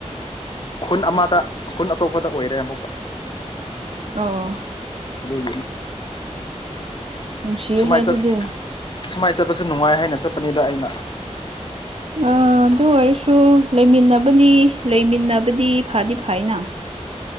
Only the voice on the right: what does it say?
ꯑꯧ
ꯅꯨꯡꯁꯤꯍꯦ
ꯑꯗꯨꯗꯤ
ꯑ ꯑꯗꯨ ꯑꯣꯏꯔꯁꯨ ꯂꯩꯃꯤꯟꯅꯕꯅꯤ ꯂꯩꯃꯤꯟꯅꯕꯗꯤ ꯐꯗꯤ ꯐꯩꯅ